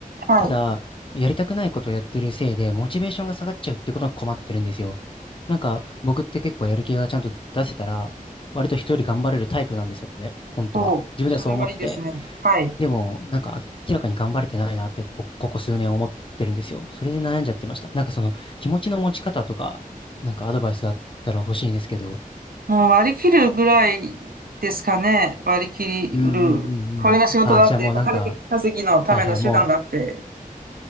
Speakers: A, on the right (about 80°); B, on the left (about 35°).
A: はい。
B: ただ、やりたくないことをやってるせいで、モチベーションが下がっちゃうってことに困ってるんですよ。なんか、僕って結構やる気がちゃんと出せたら、割と人より頑張れるタイプなんですよね、本当は。
A: おう、
B: 自分ではそう思ってて。
A: それはいいですね。はい。
B: でも、なんか明らかに頑張れてないなってこ、ここ数年思ってるんですよ。それで悩んじゃってました。なんかその、気持ちの持ち方とか、なんかアドバイスあったら欲しいんですけど。
A: もう割り切るぐらいですかね。割り切る。
B: うんうんうんうん。
A: これが仕事だって、
B: ああ、じゃあもうなんか、
A: お金稼ぎのための手段だって、
B: はいはい、も